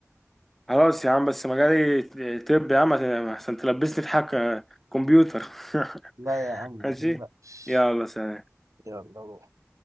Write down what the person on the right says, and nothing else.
لا يا
عم
ما تقلقش
يلا روح